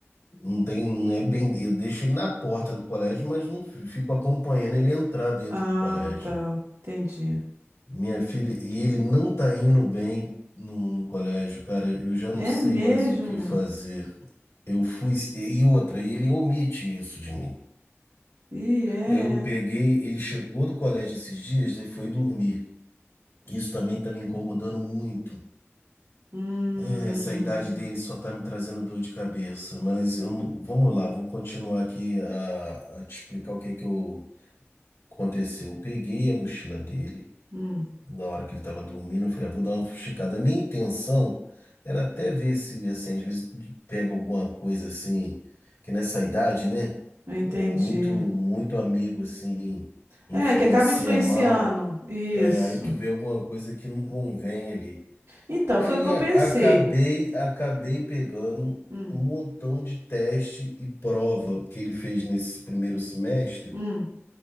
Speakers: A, on the left; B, on the right.
A: não tem, não é bem, eu deixo ele na porta do colégio, mas não fi- fico acompanhando ele entrar dentro
B: Ah,
A: do colégio.
B: tá. Entendi.
A: Minha filha, e ele não tá indo bem no, no colégio, cara. Eu já
B: É
A: não sei
B: mesmo?
A: mais o que fazer. Eu fui, e e outra, e ele omite isso de mim.
B: E é.
A: Eu peguei, ele chegou do colégio esses dias e foi dormir. Isso também tá me incomodando muito.
B: Hum.
A: É, essa idade dele só tá me trazendo dor de cabeça. Mas eu, não- vamos lá, vou continuar aqui a, a te explicar o que é que eu, aconteceu. Eu peguei a mochila dele
B: Hum.
A: na hora que ele estava dormindo. Eu falei, ah, vou dar uma fuxicada. A minha intenção era até ver se, assim, às vezes pega alguma coisa assim, que nessa idade, né?
B: Entendi.
A: É muito, muito amigo, assim, influencia
B: É, que acaba influenciando.
A: mal.
B: Isso.
A: É, aí tu vê alguma coisa que não convém ali.
B: Então,
A: Aí
B: foi o que eu
A: a-
B: pensei.
A: acabei, acabei pegando
B: Hum.
A: um montão de teste e prova que ele fez nesse primeiro semestre,
B: Hum.